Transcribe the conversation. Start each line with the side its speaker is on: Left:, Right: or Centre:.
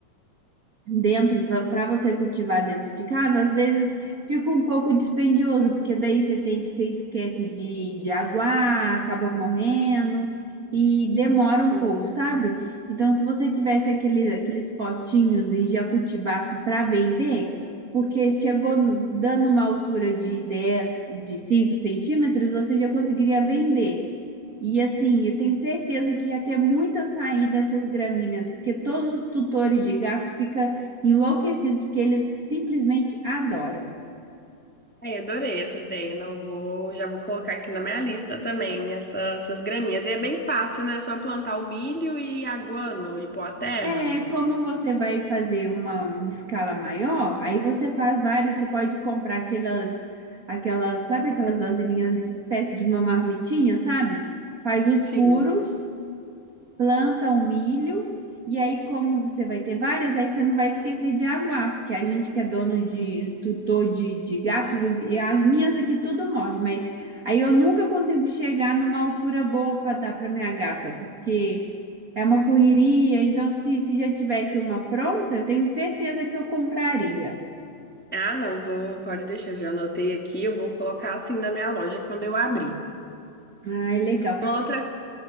Right: dentro, para você cultivar dentro de casa, às vezes fica um pouco dispendioso, porque daí você tem que, você esquece de, de aguar, acaba morrendo e demora um
Centre: sim.
Right: pouco, sabe? Então, se você tivesse aquele, aqueles potinhos e já cultivasse para vender, porque chegou dando uma altura de dez de 5 centímetros, você já conseguiria vender. E assim, eu tenho certeza que ia ter muita saída dessas gramíneas, porque todos os tutores de gatos ficam enlouquecidos, porque eles simplesmente adoram.
Centre: Ai, adorei essa ideia. Não vou, já vou colocar aqui na minha lista também essa- essas graminhas. E é bem fácil, né? É Só plantar o milho e a guano e pôr a terra.
Right: É, como você vai fazer uma escala maior, aí você faz vários, você pode comprar aquelas, aquelas, sabe aquelas vasilhinhas de espécie de uma marmitinha, sabe? Faz os
Centre: Sim.
Right: furos. planta o milho, e aí, como você vai ter várias, aí você não vai esquecer de aguar, porque a gente que é dono de tutor de, de gato, e as minhas aqui tudo morre, mas aí eu nunca consigo chegar numa altura boa para dar para minha gata, porque é uma correria, então se, se já tivesse uma pronta, eu tenho certeza que eu compraria.
Centre: Ah, não, vou, pode deixar, já anotei aqui. Eu vou colocar assim na minha loja quando eu abrir.
Right: Ah, é legal.
Centre: Uma Outra,